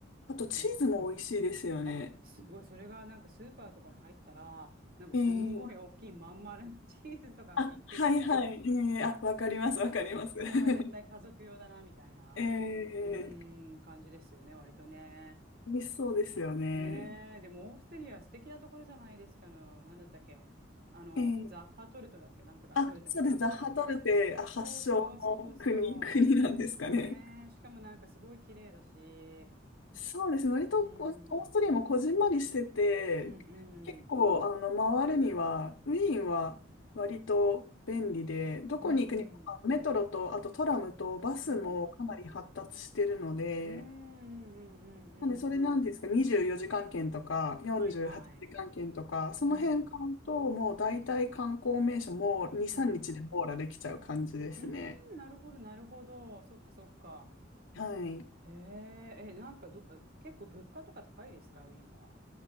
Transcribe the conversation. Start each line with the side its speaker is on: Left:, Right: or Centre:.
Left: あと、チーズも美味しいですよね。
Right: ええあ、すごい。それがなんかスーパーとかに入ったら、なんかすんごい大きいまん丸のチーズとかが売ってて、
Left: ええあ、はいはい。ええあ、わかります、
Right: あーこれは絶対家族用だな、
Left: わかります。<laughs>
Right: みたいな、
Left: ええ
Right: うーん、感じですよね、割とね。
Left: 美味しそうですよね。
Right: ねえ、でもオーストリア素敵なところじゃないですかの、なんだったっけあの、
Left: ええ
Right: ザッハトルトだっけなんとか、
Left: あ、
Right: トルトだかなんとか。
Left: そうです。ザッハトルテ、あ、発祥の国、
Right: そうそうそうそ
Left: <laughs> 国なんですかね。
Right: う。ねえ、しかもなんかすごい綺麗だし、
Left: そうですね。割とこう、
Right: うーん、
Left: オーストリアもこじんまりしてて、
Right: うんうん、
Left: 結構、あの、回るには、ウィーンは割と便利で、どこに行くにも、
Right: うんうん、
Left: あメトロと、あとトラムとバスもかなり発達してるので、
Right: うん。うん、うん、うん、うんうんうんうん
Left: なんで、それなんていうんですか、24時間券とか、48時間券とか、
Right: はいはい。
Left: その辺買うと、
Right: うん、
Left: もう大体観光名所も2、3日で網羅できちゃう感じですね。
Right: うん。うん、なるほど、なるほど。そっか、そっか。
Left: はい。
Right: へえ、え、なんかど、え結構物価とか高いですか、ウィーンは。